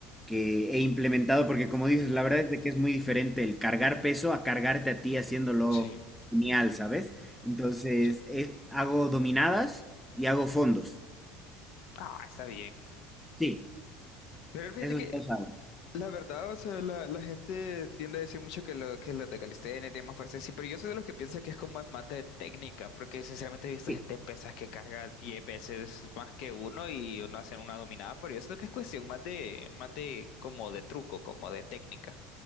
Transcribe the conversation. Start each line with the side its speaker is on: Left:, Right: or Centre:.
Centre: que he implementado, porque como dices,
Left: Ujú,
Centre: la verdad es de que es muy diferente el cargar peso a cargarte a ti haciéndolo
Left: Sí,
Centre: genial, ¿sabes? Entonces,
Left: sí.
Centre: es- hago dominadas y hago fondos.
Left: ujú. Ah, está bien.
Centre: Sí,
Left: Pero fíjate
Centre: esos
Left: que
Centre: dos hago.
Left: La verdad, o sea, la, la gente tiende a decir mucho que, lo, que los de calistenia tienen más fuerza, sí, pero yo soy de los que piensa que es como es más de técnica, porque sinceramente he visto
Centre: Sí,
Left: gente en pesas que carga 10 veces más que uno y uno hace una dominada, pero yo siento que es cuestión más de, más de como de truco, como de técnica.